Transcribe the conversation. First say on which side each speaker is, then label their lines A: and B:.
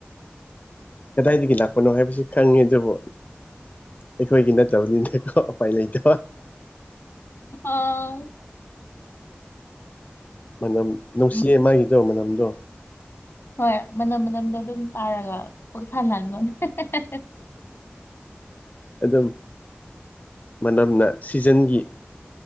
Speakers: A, on the left; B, on the left.
A: ꯀꯗꯥꯏꯗꯒꯤ ꯂꯥꯛꯄꯅꯣ ꯍꯥꯏꯕꯁꯨ ꯈꯪꯉꯦ ꯑꯗꯨꯕꯨ ꯑꯩꯈꯣꯏꯒꯤ ꯅꯠꯇꯕꯅꯤꯅꯦꯀꯣ ꯄꯥꯏ ꯂꯩꯇ
B: ꯑꯣꯥꯎ
A: ꯃꯅꯝ ꯅꯨꯡꯁꯤꯌꯦ
B: ꯃ-
A: ꯃꯥꯒꯤꯗꯣ ꯃꯅꯝꯗꯣ
B: ꯍꯣꯏ ꯃꯅꯝ ꯃꯅꯝꯗꯣ ꯑꯗꯨꯝ ꯇꯥꯔꯒ ꯄꯨꯛ ꯊꯜꯍꯟꯕꯅꯦ <inaudible>
A: ꯑꯗꯨꯝ ꯃꯅꯝꯅ ꯁꯤꯖꯟꯒꯤ